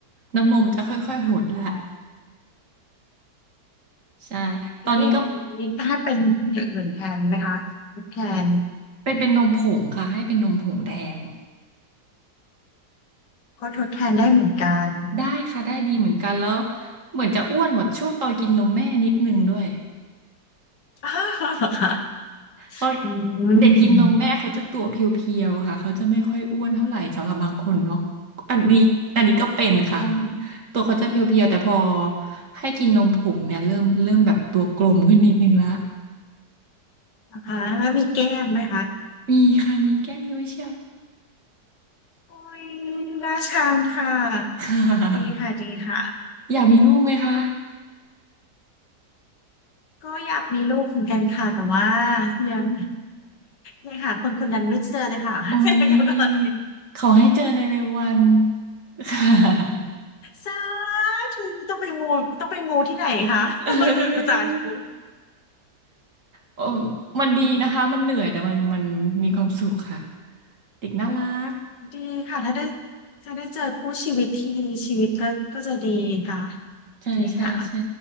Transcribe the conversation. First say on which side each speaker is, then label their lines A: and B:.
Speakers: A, on the right; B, on the left.
A: น้ำนมจะค่อยๆหดละ
B: ค่ะอ๋อ
A: ใช่ตอนนี้ก็
B: แล้วอย่างนี้ถ้าเป็นอย่างอื่นแทนไหมคะทดแทน
A: เป็นเป็นนมผงค่ะให้เป็นนมผงแทน
B: ก็ทดแทนได้เหมือนกัน
A: ได้ค่ะได้ดีเหมือนกันแล้วเหมือนจะอ้วนกว่าช่วงตอนกินนมแม่นิดนึงด้วย
B: อ้าวเหรอคะ
A: เขา
B: อืม
A: เด็กกินนมแม่เขาจะตัวเพียวๆค่ะเขาจะไม่ค่อยอ้วนเท่าไหร่สำหรับบางคนเนาะอันนี้อันนี้ก็เป็นค่ะ
B: อืม
A: ตัวเขาจะเพียวๆแต่พอให้กินนมผงเนี่ยเริ่มเริ่มแบบตัวกลมขึ้นนิดนึงละ
B: นะคะแล้วมีแก้มไหมคะ
A: มีค่ะมีแก้มยุ้ยเชียว
B: โอ้ยน่าชังค่ะ
A: <laughs> ค่ะ
B: ดีค่ะดีค่ะ
A: อยากมีลูกไหมคะ
B: ก็อยากมีลูกเหมือนกันค่ะแต่ว่ายังยังหาคนคนนั้นไม่เจอเลยค่ะ
A: โอ้ยขอให้เจอในเร็ววัน
B: <laughs> ก็เลย
A: <laughs> ค่ะ
B: สาธุต้องไปมูต้องไปมูที่ไหนคะ
A: เออ
B: <laughs> สาธุ
A: โอ้มันดีนะคะมันเหนื่อยแต่มันมันมีความสุขค่ะเด็กน่ารัก
B: ดีค่ะถ้าได้ถ้าได้เจอคู่ชีวิตที่ดีชีวิตก็ก็จะดีค่ะ
A: ใช่ใช่ใช่
B: ดีค่ะ